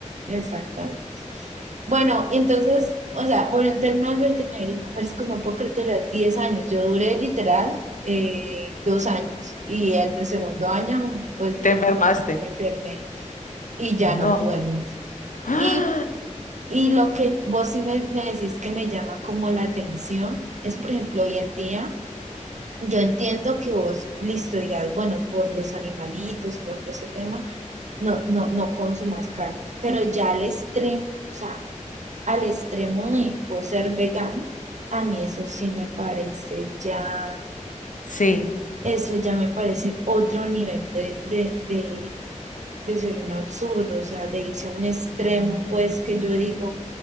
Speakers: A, on the right (about 65°); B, on the left (about 75°).
A: exactamente. Bueno, entonces, o sea, bueno, en tema del vegetarianismo, mariscos, no puedo creer que eran 10 años. Yo duré literal eh, dos años y en el segundo año, pues
B: Y
A: me,
B: te enfermaste.
A: me me enfermé y ya
B: No.
A: no pude más.
B: ¡Ah!
A: Y Y lo que vos sí me, me decís que me llama como la atención es, por ejemplo, hoy en día, yo entiendo que vos, listo, digas, bueno, por los animalitos, por todo ese tema, no, no, no consumas carne, pero ya al extremo, o sea, al extremo de o ser vegano, a mí eso sí me parece ya,
B: Sí.
A: eso ya me parece otro nivel de, de, de, de ser un absurdo, o sea, de irse a un extremo, pues que yo digo,